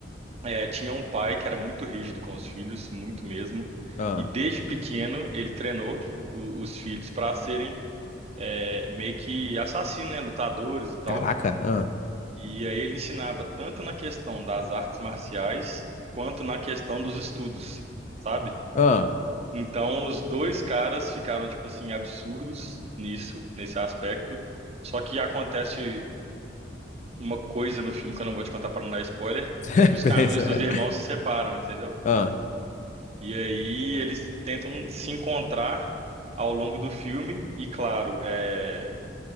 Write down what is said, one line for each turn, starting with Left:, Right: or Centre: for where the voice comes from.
Right: é, tinha um pai que era muito rígido com os filhos, muito mesmo,
Left: Ah,
Right: e desde pequeno ele treinou o- os filhos para serem é, meio que assassinos, né, lutadores e tal.
Left: caraca. Ah,
Right: E aí ele ensinava tanto na questão das artes marciais quanto na questão dos estudos, sabe?
Left: ah.
Right: Então, os dois caras ficaram, tipo assim, absurdos nisso, nesse aspecto. Só que acontece uma coisa no filme que eu não vou te contar para não dar spoiler,
Left: <laughs>
Right: que os
Left: Beleza.
Right: caminhos dos irmãos se separam, entendeu?
Left: Ah,
Right: E aí eles tentam se encontrar ao longo do filme, e claro, é,